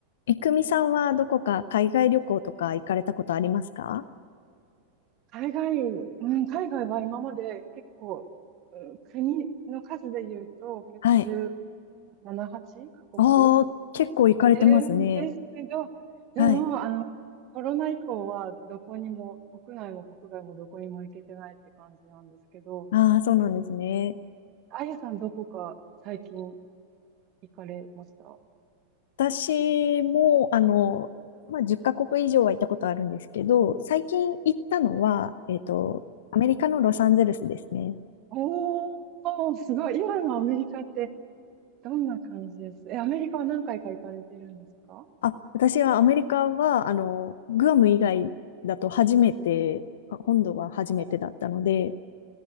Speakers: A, on the left; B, on the right.
A: え、くみさんはどこか海外旅行とか行かれたことありますか
B: 海外、うん、海外は今まで結構、うん、国の数で言うと結構17、
A: はい。
B: 8カ国
A: ああ結構行かれてますね。
B: いるんですけど、でも、
A: はい。
B: あの、コロナ以降はどこにも、国内も国外もどこにも行けてないって感じなんですけど、
A: ああ、そうなんですね。
B: あやさんどこか最近行かれました
A: 私も、あの、まあ、10カ国以上は行ったことあるんですけど、最近行ったのは、えっと、アメリカのロサンゼルスですね。
B: おー、すごい。今のアメリカってどんな感じですえ、アメリカは何回か行かれてるんですか
A: あ、私はアメリカは、あの、グアム以外だと初めて、あ本土は初めてだったので、
B: お、